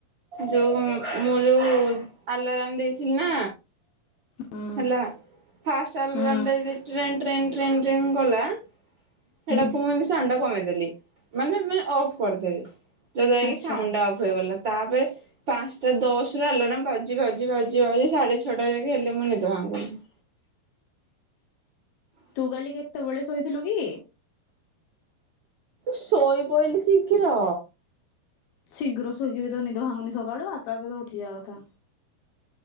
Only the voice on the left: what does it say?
ହୁଁ
ହୁଁ
ହୁଁ
ଆଚ୍ଛା।
ତୁ କାଲି କେତେବେଳେ ଶୋଇଥିଲୁ କି?
ଶୀଘ୍ର ଶୋଇକି ବି ତ ନିଦ ଭାଙ୍ଗୁନି ସକାଳୁ, ଆପେ ଆପେ ତ ଉଠିଯିବା କଥା